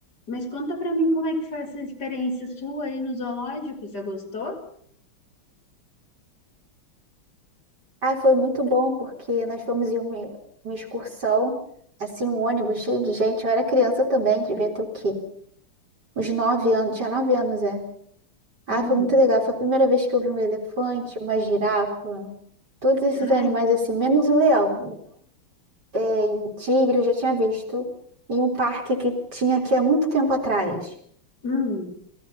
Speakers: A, on the left; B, on the right.
A: Mas conta pra mim como é que foi essa experiência sua aí no zoológico, você gostou?
B: Ah, foi muito bom porque nós fomos em uma, uma excursão, assim, um ônibus cheio de gente. Eu era criança também, devia ter o quê? Uns nove anos, tinha nove anos, é. Ah,
A: Hum,
B: foi muito legal. Foi a primeira vez que eu vi um elefante, uma girafa, todos esses
A: Ai,
B: animais assim, menos o leão é, e tigre eu já tinha visto em um parque que tinha aqui há muito tempo atrás.
A: hum,